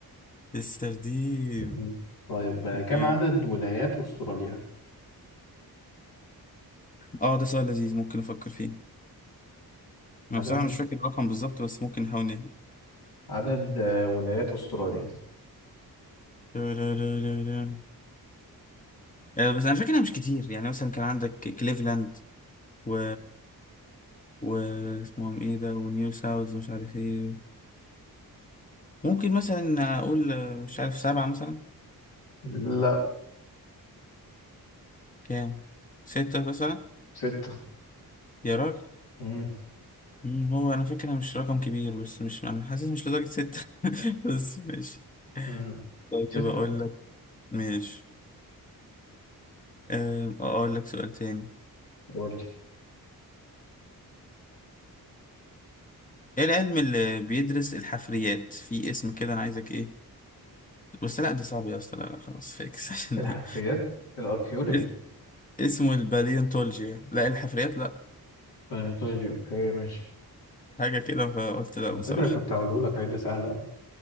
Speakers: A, on the left; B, on the left.
A: <laughs> السردين
B: مم. طيب آه، كم
A: إيه.
B: عدد ولايات أستراليا
A: آه ده سؤال لذيذ ممكن أفكر فيه أنا
B: عدد
A: بصراحة مش فاكر الرقم بالظبط بس ممكن نحاول نهبط
B: عدد آه، ولايات أستراليا
A: لا لا لا لا. آه، بس أنا فاكرها مش كتير يعني مثلا كان عندك كليفلاند و و اسمهم إيه ده ونيو ساوث مش عارف إيه ممكن مثلا أقول آه، مش عارف سبعة مثلا
B: لا
A: كام ستة مثلا
B: ستة
A: يا راجل
B: مم.
A: مم، هو أنا فاكرها مش رقم كبير بس مش أنا حاسس مش لدرجة ستة <laughs> بس ماشي
B: مم.
A: طيب
B: ستة
A: أقول لك ماشي أم، أقول لك سؤال تاني
B: قول لي
A: إيه العلم اللي بيدرس الحفريات في اسم كده أنا عايزك إيه بس لا ده صعب يا أسطى لا لا خلاص فيكس <laughs> عشان
B: الحفريات الأركيولوجي
A: اس- اسمه الباليونتولوجيا لا الحفريات لا
B: البالنتولوجي أوكي ماشي
A: حاجة كده فقلت لا
B: على
A: بصراحة
B: فكرة كنت هقوله لك هيدا سهل أوي